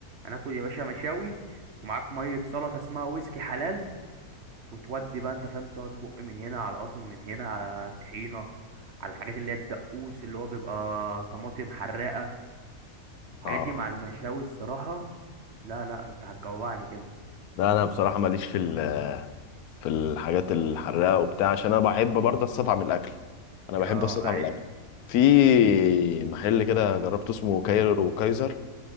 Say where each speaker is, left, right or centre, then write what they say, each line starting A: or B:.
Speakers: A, on the right (about 55°); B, on the left (about 80°).
A: انا اكل يا باشا مشاوي ومعاك مية سلطة اسمها ويسكي حلال وتودي بقى انت فاهم تقعد بق من هنا على قطمة من هنا على طحينة على الحاجات اللي هي الدقوس اللي هو بيبقى طماطم حراقة الحاجات
B: اه
A: دي مع المشاوي الصراحة لا لا انت هتجوعني كده
B: ده انا بصراحة ماليش في ال- في الحاجات الحراقة وبتاع عشان انا بحب برضه استطعم الاكل انا بحب
A: اه
B: استطعم
A: اي
B: الاكل في محل كده جربته اسمه كايرو كايزر